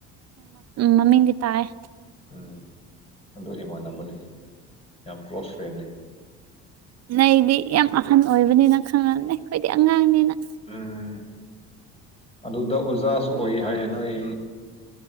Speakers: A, on the right; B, on the left.
A: ꯃꯃꯤꯡꯗꯤ ꯇꯥꯌꯦ
B: ꯎꯝ ꯑꯗꯨ ꯏꯃꯥꯟꯅꯕꯅꯤ ꯌꯥꯝ ꯀ꯭ꯂꯣꯁ ꯐ꯭ꯔꯦꯟꯅꯤ
A: ꯅꯩꯗꯤ ꯌꯥꯝ ꯑꯍꯟ ꯑꯣꯏꯕꯅꯤꯅ ꯈꯪꯉꯝꯅꯤ ꯑꯩꯈꯣꯏꯗꯤ ꯑꯉꯥꯡꯅꯤꯅ
B: ꯎꯝ ꯑꯗꯨꯗ ꯑꯣꯖꯥꯁꯨ ꯑꯣꯏ ꯍꯥꯏꯌꯦ ꯅꯣꯏ